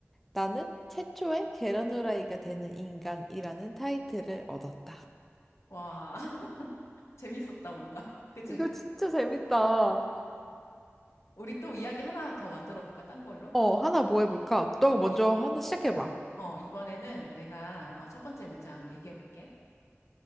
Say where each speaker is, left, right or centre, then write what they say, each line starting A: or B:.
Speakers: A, in the centre; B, on the left.
A: 나는 최초의 계란 후라이가 되는 인간이라는 타이틀을 얻었다.
B: 와, <laughs> 재밌었다 뭔가. 그치?
A: 이거 진짜 재밌다.
B: 우리 또 이야기 하나 더 만들어 볼까? 딴 걸로?
A: 어, 하나 뭐 해볼까? 너가
B: 어,
A: 먼저 하나 시작해봐.
B: 어, 이번에는 내가 어, 첫 번째 문장 얘기해 볼게.